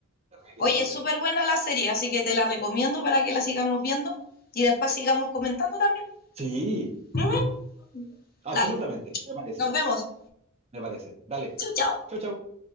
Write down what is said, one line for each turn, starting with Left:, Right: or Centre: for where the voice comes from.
Right: terrible,
Left: Oye,
Right: terrible.
Left: es súper buena la serie, así que te la recomiendo para que la sigamos viendo y después sigamos comentando también.
Right: Sí,
Left: Ujú.
Right: absolutamente,
Left: Dale,
Right: me parece,
Left: nos vemos.
Right: me parece. Dale.
Left: Chau, chau.
Right: Chau, chau.